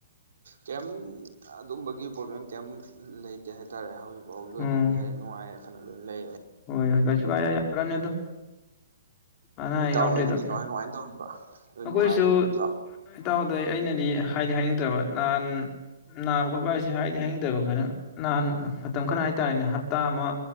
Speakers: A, on the right (about 80°); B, on the left (about 25°).
A: ꯀꯩꯝ ꯑꯗꯨꯝꯕꯒꯤ ꯄ꯭ꯔꯣꯕ꯭ꯂꯦꯝ ꯀꯩꯝ ꯂꯩꯇꯦ ꯍꯥꯏꯇꯥꯔꯦ ꯍꯧꯖꯤꯛ ꯐꯥꯎꯒꯤ
B: ꯎꯝ
A: ꯑꯣꯏꯅꯗꯤ ꯍꯥꯏꯗꯤ ꯅꯨꯡꯉꯥꯏ ꯌꯥꯏꯐꯅ ꯂꯣꯏꯅ ꯂꯩ ꯑꯕ
B: ꯍꯣꯏ ꯍꯣꯏ ꯀꯩꯁꯨ ꯀ ꯌꯥꯝ ꯐꯔꯃꯤ ꯑꯗꯨ ꯑꯅꯥ ꯑꯌꯦꯛ
A: ꯏꯇꯥꯎ
B: ꯌꯥꯎꯗ꯭ꯔꯤꯗꯣ
A: ꯍꯣꯏꯒꯤꯗꯤ ꯀꯃꯥꯏ ꯀꯃꯥꯏꯅ ꯇꯧꯔꯤꯕ ꯂꯣꯏ
B: ꯑꯩꯈꯣꯏꯁꯨ
A: ꯅꯨꯡꯉꯥꯏꯔꯤꯕ ꯅꯠꯇ꯭ꯔꯣ
B: ꯏꯇꯥꯎꯗ ꯑꯩꯅꯗꯤ ꯍꯥꯏꯗꯤ ꯍꯥꯏꯅꯤꯡ ꯕ ꯅꯍꯥꯟ ꯅꯥꯕ ꯈꯣꯠꯄ ꯍꯥꯏꯁꯤ ꯍꯥꯏꯗꯤ ꯍꯥꯏꯅꯤꯡꯗꯕ ꯈꯔ ꯅꯍꯥꯟ ꯃꯇꯝ ꯈꯔ ꯍꯥꯏꯇꯥꯔꯦꯅꯦ ꯍꯞꯇꯥ ꯑꯃ